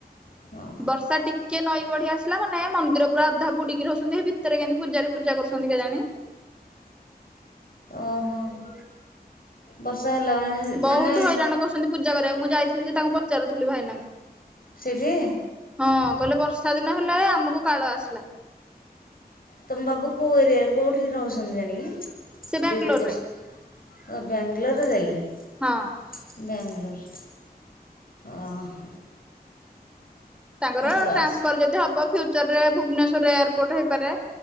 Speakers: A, on the left; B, in the centre.
A: ହଁ।
B: ବର୍ଷା ଟିକେ ନଈ ବଢି ଆସିଲା ମାନେ ମନ୍ଦିର ପୁରା ଅଧା ବୁଡ଼ିକି ରହୁଛନ୍ତି ସେ ଭିତରେ କେମିତି ପୂଜାରୀ ପୂଜା କରୁଛନ୍ତି କେଜାଣି।
A: ଓହୋଃ। ବର୍ଷା ହେଲା ମାନେ
B: ବହୁତ
A: ମାନେ
B: ହଇରାଣ କରୁଛନ୍ତି ପୂଜା କରିବାକୁ ମୁଁ ଯାଇଥିଲି ଯେ ତାଙ୍କୁ ପଚାରୁଥିଲି ଭାଇନାଙ୍କୁ
A: ସେଠି?
B: ହଁ, କହିଲେ ବର୍ଷା ଦିନ ହେଲେ ଆମକୁ କାଳ ଆସିଲା।
A: ତମ ବାବୁ କୋଉ ଏରିଆରେ କୋଉଠି ରହୁଛନ୍ତି ଜାଣିକି
B: ସେ ବାଙ୍ଗାଲୋରରେ
A: ଡ୍ୟୁଟି କରୁ ଓ ବାଙ୍ଗାଲୋରରେ ଯାଇକି
B: ହଁ।
A: ବାଙ୍ଗଲୋର। ଓହୋ
B: ତାଙ୍କର
A: ଏତ ବାସ
B: ଟ୍ରାନ୍ସଫର ଯଦି ହବ ଫ୍ୟୁଚରରେ ଭୁବନେଶ୍ଵରରେ ଏୟାରପୋର୍ଟ ହେଇପାରେ।